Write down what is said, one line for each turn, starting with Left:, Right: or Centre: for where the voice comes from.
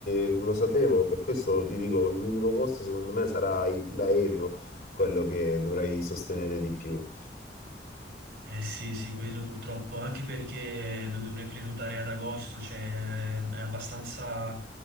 Left: eh, lo sapevo, per questo ti dico, l'unico costo secondo me sarà il- l'aereo, quello che dovrai sostenere di più.
Right: Eh sì, sì, quello purtroppo, anche perché lo dovrei prenotare ad agosto, cioè è abbastanza,